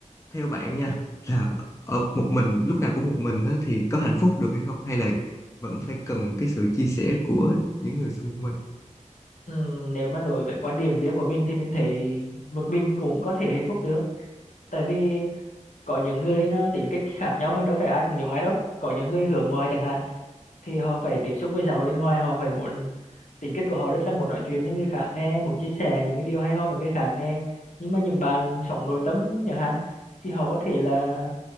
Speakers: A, on the left (about 25°); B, on the left (about 75°).
A: theo bạn nha là ở một mình lúc nào cũng một mình á, thì có hạnh phúc được hay không hay là vẫn phải cần cái sự chia sẻ của những người xung quanh
B: ừm, nếu mà đối với quan điểm riêng của mình thì mình thấy một mình cũng có thể hạnh phúc được tại vì có những người nó tính cách khác nhau mà đâu phải ai cũng giống ai đâu có những người hướng ngoại chẳng hạn thì họ phải tiếp xúc với xã hội bên ngoài họ phải muốn tính cách của họ rất là muốn nói chuyện với người khác nè muốn chia sẻ những cái điều hay ho với người khác nè nhưng mà những bạn sống nội tâm chẳng hạn thì họ có thể là